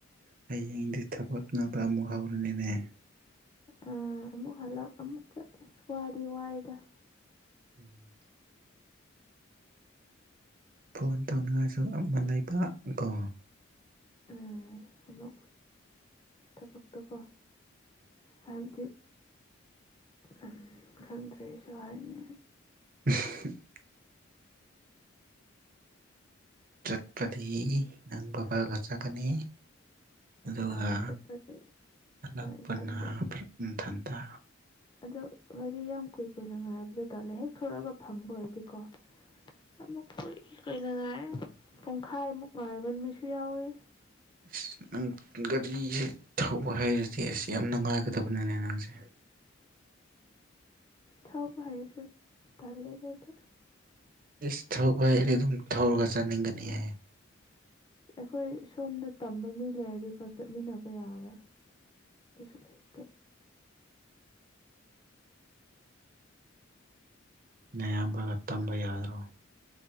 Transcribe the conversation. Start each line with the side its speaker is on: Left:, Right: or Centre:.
Right: ꯍꯌꯦꯡꯗꯤ ꯊꯕꯛ ꯉꯥꯛꯇ ꯑꯃꯨꯛ ꯍꯧꯔꯅꯤꯅꯦ
Left: ꯑ ꯑꯃꯛ ꯍꯂꯥꯎ ꯑꯃꯛꯁ ꯄꯨꯋꯥ ꯋꯥꯗꯣꯛ
Right: ꯎꯝ ꯐꯣꯟ ꯇꯧꯅꯤꯡꯉꯥꯏꯁꯨ ꯑꯃ ꯂꯩꯕ ꯀꯣ
Left: ꯑ ꯑꯃꯃ ꯇ ꯄꯣꯛꯛꯇ ꯀ ꯍꯥꯏꯗꯤ ꯎꯝ ꯈꯪꯗ꯭ꯔꯦꯁꯨ ꯍꯥꯏꯅꯤ
Right: <inaudible> ꯆꯠꯄꯗꯤ ꯅꯪ ꯕꯕꯥꯔꯒ ꯆꯠꯒꯅꯤ ꯑꯗꯨꯒ
Left: ꯑꯥ ꯆꯠꯄꯁꯦ
Right: ꯍꯜꯂꯛꯄꯅ
Left: ꯏꯊꯟꯇ
Right: ꯏꯊꯟꯇ
Left: ꯑꯗꯣ ꯍꯥꯏꯗꯤ ꯌꯥꯝ ꯀꯨꯏ ꯀꯨꯏꯅ ꯉꯥꯏꯕꯗ ꯇꯥꯜꯂꯦ ꯍꯦꯛ ꯊꯂꯛꯑꯒ ꯐꯪꯕ ꯑꯣꯏꯔꯗꯤꯀꯣ ꯑꯃꯨꯛ ꯀꯨꯏ ꯀꯨꯏꯅꯉꯥꯏ ꯄꯨꯡꯈꯥꯏꯃꯨꯛ ꯉꯥꯏꯕ ꯅꯨꯃꯤꯠꯁꯨ ꯌꯥꯎꯏꯤ
Right: ꯑꯁ ꯅꯪ ꯒꯥꯔꯤꯁꯦ ꯊꯧꯕ ꯍꯥꯏꯩꯔꯗꯤ ꯑꯁ ꯌꯥꯝ ꯅꯨꯡꯉꯥꯏꯒꯗꯕꯅꯤꯅꯦ ꯅꯪꯁꯦ
Left: ꯊꯥꯎ ꯄꯔꯁꯨ ꯇꯂ ꯂꯩꯗ
Right: ꯏꯁ ꯊꯧꯕ ꯍꯥꯏꯗꯤ ꯑꯗꯨꯝ ꯊꯧꯔꯒ ꯆꯥꯅꯤꯡꯒꯅꯤ ꯍꯥꯏ
Left: ꯑꯩꯈꯣꯏ ꯁꯣꯝꯗ ꯇꯝꯕ ꯃꯤ ꯂꯩꯔꯗꯤꯀꯣ ꯆꯠꯃꯤꯟꯅꯕ ꯌꯥꯕ꯭ꯔꯥ ꯁ ꯂꯥꯏꯦ
Right: ꯑꯌꯥꯝꯕꯒ ꯇꯝꯕ ꯌꯥꯗ꯭ꯔꯣ